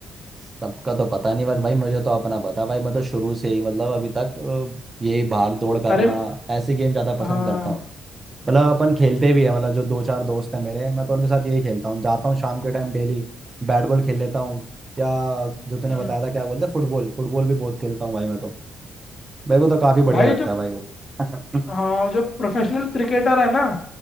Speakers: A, on the right; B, on the left.
A: सबका तो पता नहीं बट भाई मुझे तो अपना पता भाई मैं तो शुरू से ही मतलब अभी तक अ, यही भाग दौड़ करना
B: अरे
A: ऐसे गेम ज्यादा पसंद
B: हाँ
A: करता हूँ मतलब अपन खेलते भी है मतलब जो दो चार दोस्त हैं मेरे मैं तो उनके साथ यही खेलता हूँ जाता हूँ शाम के टाइम डेली बैट बॉल खेल लेता हूँ या जो तूने
B: हम्म
A: बताया था क्या बोलते फुटबॉल फुटबॉल भी बहुत खेलता हूँ भाई मैं तो मेरे को तो काफी बढ़िया
B: भाई
A: लगता
B: जो
A: है भाई वो <clears throat> हम्म,
B: हाँ जो प्रोफेशनल क्रिकेटर है ना